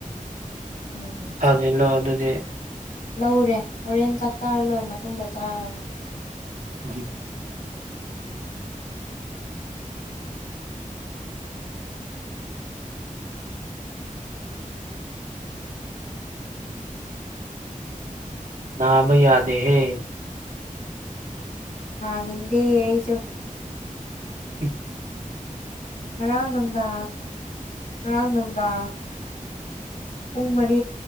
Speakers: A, on the left; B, on the right.
A: ꯎꯝ
B: ꯑꯗꯨꯂꯣ ꯑꯗꯨꯗꯤ
A: ꯂꯧꯔꯦ ꯍꯣꯔꯦꯟ ꯆꯥꯛ ꯆꯥꯔ ꯂꯣꯏꯔ ꯃꯇꯨꯡꯗ ꯆꯥꯔꯅꯤ
B: ꯖꯤ ꯅꯥꯃ ꯌꯥꯗ ꯍꯦ
A: ꯅꯅꯤꯡꯗꯦ ꯑꯩꯁꯨꯣ
B: ꯎꯝ
A: ꯑꯔꯅꯗ ꯋꯥꯥꯡꯅꯝꯗꯥ ꯄꯨꯡ ꯃꯔꯤ